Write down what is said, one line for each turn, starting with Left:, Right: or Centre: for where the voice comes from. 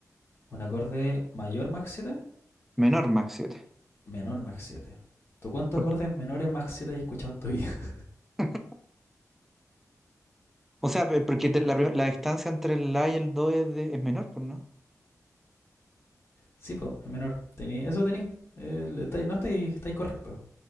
Left: ¿Un acorde mayor Mach siete
Centre: Menor Mach siete
Left: Menor Mach siete ¿Tú cuántos
Centre: ¿Por
Left: acordes
Centre: qué?
Left: menores Mach 7 has escuchado en tu vida? <laughs>
Centre: <laughs> O sea, pe- porque te- la, prim- la distancia entre el A y el 2 es, de- es menor, pues no.
Left: Sí, pues, es menor. Tení, eso tenéis. Eh, no estáis está correcto.